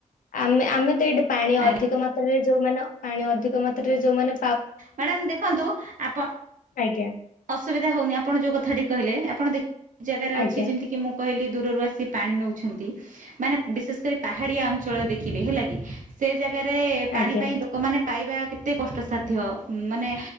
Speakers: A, on the left (about 85°); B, on the right (about 75°).
A: ଆମେ ଆମେ <unintelligible> ପାଣି ଅଧିକ
B: ଆଜ୍ଞା
A: ମାତ୍ରାରେ ଯୋଉ ମାନ ପାଣି ଅଧିକ ମାତ୍ରାରେ ଯୋଉ ମାନେ
B: ମ୍ୟାଡ଼ାମ ଦେଖନ୍ତୁ ଆପଣ
A: ଆଜ୍ଞା
B: ଅସୁବିଧା ହଉନି। ଆପଣ ଯୋଉ କଥାଟି କହିଲେ ଆପଣ ଦେ ବହୁତ ଜାଗାରେ
A: ଆଜ୍ଞା
B: ଅଛି ଯେମିତି କି ମୁଁ କହିଲି ଦୂରରୁ ଆସିି ସେ ପାଣି ନଉଛନ୍ତି। ମାନେ ବିଶେଷ କରି ପାହାଡ଼ିଆ ଅଞ୍ଚଳରେ ଦେଖିବେ ହେଲା କି, ସେ ଜାଗା ଜାଗାରେ ପାଣି
A: ଆଜ୍ଞା
B: ପାଇଁ ଲୋକମାନେ ପାଇବା କେତେ କଷ୍ଟସାଧ୍ୟ। ମ୍-ମାନେ